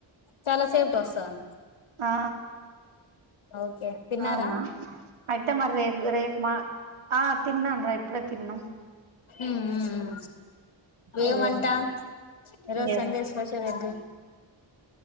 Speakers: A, on the left (about 80°); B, on the right (about 85°).
A: చాలా సేఫ్టీ వస్తుంది
B: ఆ
A: ఓకే తిన్నారా
B: అవునా అతే రి రే రేప మా ఆ తిన్నాను రా ఇప్పుడే తిన్నా
A: ఉమ్ ఉమ్
B: అయ్యో
A: ఏమంట ఈరోజు
B: అయ్యో
A: సండే స్పెషల్ ఏంటి